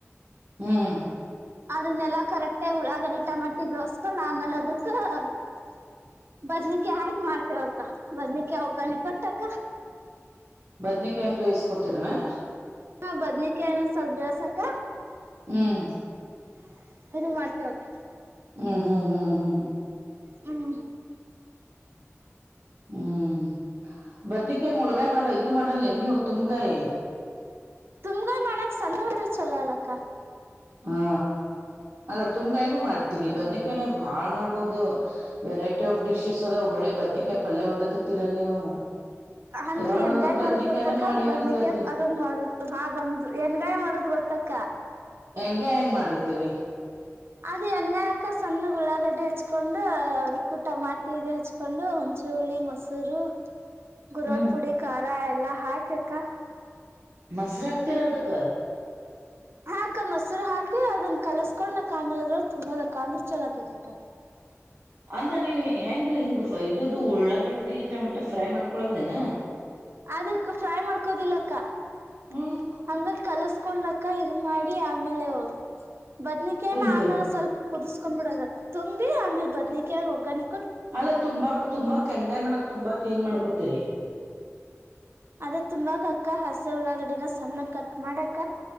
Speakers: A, on the right; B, on the right.
A: ಹ್ಮ್
B: ಅದನ್ನೆಲ್ಲಾ ಕರೆಕ್ಟಾಗಿ ಉಳ್ಳಾಗಡಿ ಟಮಟ್ಟಿ ದೋಸ್ಕು ಆಮೇಲೆ ಅದಕ್ಕ <unintelligible> ಬದ್ನೇಕಾಯಿ ಹಾಕ್ ಮಾಡ್ತೇವಕ್ಕ ಬದ್ನಿಕೆ ಒಗ್ಗಣೆ ಕೊಟ್ಟಕ್ಕ.
A: ಬದ್ನಿಕಾಯ್ ನ ಬೇಯಿಸಕೊತರನ
B: ಹಾ ಬದ್ನೇಕಾಯ ಏನ್ ಸ್ವಲ್ಪ ಬೇಯಿಸಬೇಕ
A: ಹ್ಮ್
B: <unintelligible> ಇದು ಮಾಡ್ತೇವಕ
A: ಹ್ಮ್ ಹ್ಮ್ ಹ್ಮ್ ಹ್ಮ್
B: ಹ್ಮ್
A: ಹ್ಮ್ <unintelligible> ಬದ್ನೇಕಯಿ ಮುಳ್ಗಾಯ್ ಮಾಡ ಇದು ಮಾಡಲ್ಲ ಏನ್ ನೀವ್ ತುಮಗಾಯಿ.
B: ತುಮ್ಗಾಯಿ ಮಾಡಕ್ ಸಣವ್ ಇದ್ರ ಚಲೋ ಅಲಕ
A: ಹಾ ಅಲ್ಲ ತುಮಗಾಯಿ ಏನು ಮಾಡ್ತೀರಿ ಬದ್ನಿಕಾಯನಾಗ ಬಾಳ್ ಮಾಡ್ಬೋದು ವೆರೈಟಿ ಆಫ್ ಡಿಶಸ್ ಅದವ್ ಬರೇ ಬದ್ನಕಾಯಿ ಪಲ್ಲೆ ಒಂದತ್ತತೀರಲ್ ನೀವು.
B: ಅಂದ್ರೆ
A: ಯಾವಾಗ
B: ಹೆಣಗಾಯಿ
A: ನೋಡಿದ್ರು ಬದ್ನಿಕಾಯನ
B: ಮಾಡೋದ್ ಗೊತ್ತಕ್ಕ
A: ಮಾಡೇವ
B: ಬದ್ನಕ್ಕೆ
A: ಅಂತ ಹೇಳ್ತಿ
B: ಅದೊಂದ್ ಮಾಡದ ಹಾದೊಂದು ಹೆಣಗಾಯಿ ಮಾಡೋದ್ ಗೊತ್ತಕ್ಕ.
A: ಹೆಣ್ಗಾಯಿ ಹೆಂಗ್ ಮಾಡರ್ತೀರಿ
B: ಅದು ಎನ್ಗಾಯಿ ಅಕಾ ಸಣ್ಣ ಉಳ್ಳಾಗಡ್ಡೆ ಹಚ್ಕೊಂಡು ಅದಕ್ಕೂ ಟಮಾಟಿ ಇದು ಹಚ್ಕೊಂಡು ಹುಣಚಿ ಹುಳಿ ಮೊಸೂರು ಗುರುವಲ್ಪುಡಿ
A: ಹ್ಮ್
B: ಕಾರ್ ರ ಎಲ್ಲಾ ಹಾಕೇಕ
A: ಮಸ್ರ ತ್ತಿರದಕ
B: ಹ ಅಕ ಮೊಸರು ಹಾಕಿ ಅದನ್ನ ಕಲಸ್ಕೊಂಡ್ ನಕ್ ಆಮೇಲೆ ಅದ್ರೊಳಗ ತುಂಬದ ಅಕ್ಕಾ ಅಂದ್ರ ಚಲ ಅಕ್ಕೈತಕ.
A: ಅಂದ್ರ ನೀವು ಹೆಂಗ ಹಿಂಗ್ <unintelligible> ಇದುದು ಉಳ್ಳಾಗಡ್ಡಿ ಟೊಮೆಟೊ ಫ್ರೈ ಮಾಡ್ಕೊಳ್ಳದೇನ
B: ಅದಕ್ ಫ್ರೈ ಮಾಡ್ಕೋದಿಲ್ಲಕ್ಕ <unintelligible>
A: ಹ್ಮ್
B: ಹಾಂಗ ಕಲಸ್ ಕೊಂಡಕ್ಕ ಇದು ಮಾಡಿ ಆಮೇಲೆ ಬದ್ನಿಕೇನ
A: ತುಂಬ್ತೇವೆ
B: ಆಮೇಲೆ ಸ್ವಲ್ ಕುದಿಸ್ಕೊಂಡ್ ಬಿಡೋದಕ ತುಂಬಿ ಆಮೇಲೆ ಬದ್ನಿಕಾಯಿ ಒಗ್ಗಾಣಿ
A: ಅಲ್ಲ ತುಂಬಾಕ್ ತುಂಬಾಕ್ ಎಣಗಾಯಿ ಮಾಡಕ್ ತುಂಬಾಕ್ ಏನ್ ಮಾಡ್ಕೊತೀರಿ
B: ಅದಕ್ ತುಂಬಾಕ್ ಅಕ್ಕ ಹಸಿ ಉಳ್ಳಾಗಡಿನ ಸಣ್ಣ ಕಟ್ ಮಾಡ್ಯಾಕ